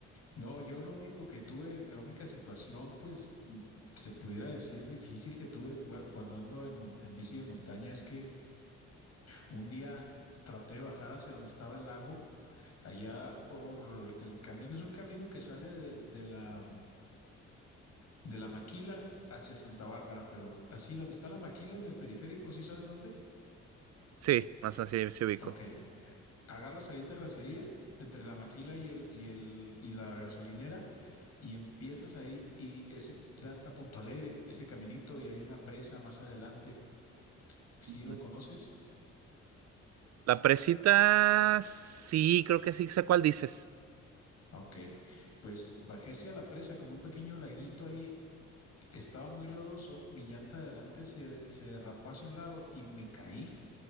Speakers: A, on the left; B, on the right.
A: No, yo lo único que tuve, la única situación, pues mm, se pudiera decir difícil que tuve bu- cuando ando en, mon- en bici de montaña es que un día traté de bajar hacia donde estaba el lago, allá por el camino, es un camino que sale de, de la, de la Maquila hacia Santa Bárbara, pero así donde está la Maquila en el periférico, ¿sí sabes dónde?
B: sí, más así se ubico.
A: Ok, agarras ahí terracería entre la Maquila y el, y el, y la gasolinera Y empiezas ahí y ese da hasta Punto Alegre, ese caminito y hay una presa más adelante. ¿Sí
B: Ujú.
A: lo conoces?
B: La presita, sí, creo que sí sé cuál dices.
A: Ok, pues bajé hacia la presa como un pequeño laguito ahí. Estaba muy lodoso, mi llanta de adelante se, se derrapó hacia un lado y me caí.